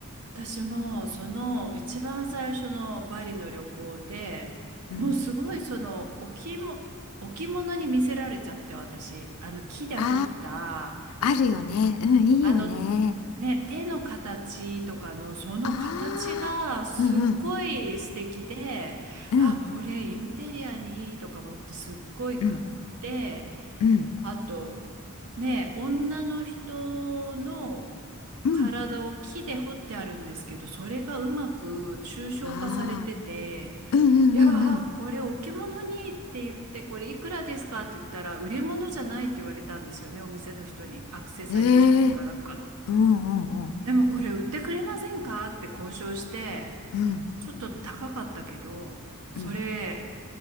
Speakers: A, on the right; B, on the left.
A: 私もその一番最初のバリの旅行で、
B: うん。
A: もうすごいその置物、置物に見せられちゃって私、あの木で彫った、
B: ああ、あるよね。うん、いいよね。
A: あの、ね、手の形とかのその形がすっごい素敵で、
B: ああ、うんうん、うん、
A: あ、これインテリアにいいとか思ってすっごい買って、
B: うん、うん、
A: あと、ね、女の人の体を木で彫ってあるんですけど、
B: うん。
A: それがうまく抽象化されてて、
B: ああ、うんうんうん
A: いやー、これ置物にって言って、これいくらですかって言ったら、売り物じゃないって言われたんですよね、お店の人に。アクセサリーショップかなんかの。
B: うん。ええ、うんうんうん、
A: でもこれ売ってくれませんかって交渉して、
B: うん、
A: ちょっと高かったけど、それ、
B: うん。